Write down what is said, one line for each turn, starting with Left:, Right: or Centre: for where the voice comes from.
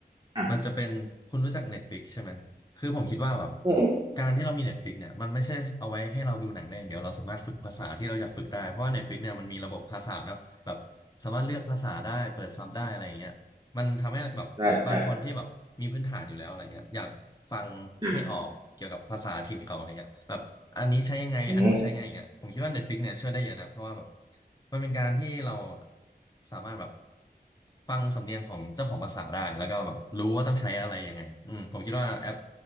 Right: อ่า
Left: มันจะเป็นคุณรู้จัก Netflix ใช่ไหมคือผมคิดว่าแบบ
Right: อืม
Left: การที่เรามี Netflix เนี่ยมันไม่ใช่เอาไว้ให้เราดูหนังได้อย่างเดียวเราสามารถฝึกภาษาที่เราอยากฝึกได้เพราะว่า Netflix เนี่ยมันมีระบบภาษาเนอะแบบสามารถเลือกภาษาได้เปิดซับได้อะไรอย่างเงี้ย มันทำให้แบบบางคนที่แบบมีพื้นฐานอยู่แล้วอะไรเงี้ยอยากฟังให้ออกเกี่ยวกับภาษาถิ่นเขาอะไรเงี้ยแบบอันนี้ใช้ยังไงอันนู้นใช้ยังไงอย่างเงี้ยผมคิดว่า
Right: ใช่ใช่อ่าอืม
Left: Netflix เนี่ยช่วยได้เยอะนะเพราะว่าแบบมันเป็นการที่เราสามารถแบบฟังสำเนียงของเจ้าของภาษาได้แล้วก็แบบรู้ว่าต้องใช้อะไรยังไงอืมผมคิดว่าแอป